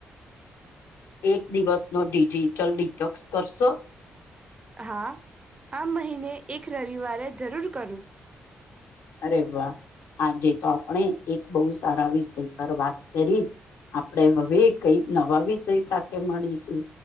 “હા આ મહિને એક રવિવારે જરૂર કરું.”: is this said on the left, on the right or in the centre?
Right